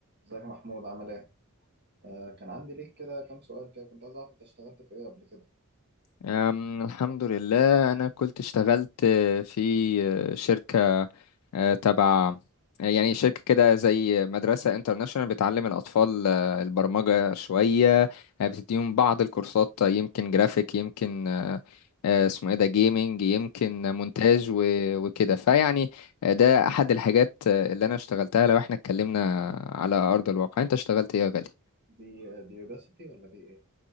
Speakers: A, on the right (about 50°); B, on the left (about 85°).
A: ازيك يا محمود عامل ايه؟ آه كان عندي ليك كده كام سؤال كده كنت عايز اعرف انت اشتغلت في ايه قبل كده؟
B: أم، الحمد لله أنا كنت اشتغلت في شركة أه، تبع آه، يعني شركة كده زي مدرسة انترناشونال بتعلم الأطفال أه، البرمجة شوية أه، بتديهم بعض الكورسات أه، يمكن جرافيك يمكن أه، أه، اسمه ايه ده جيمنج يمكن مونتاج و- وكده فيعني أه، ده أحد الحاجات أه، اللي أنا اشتغلتها لو احنا اتكلمنا على أرض الواقع أنت اشتغلت ايه يا غالي؟
A: دي دي يوداسيتي ولا دي ايه؟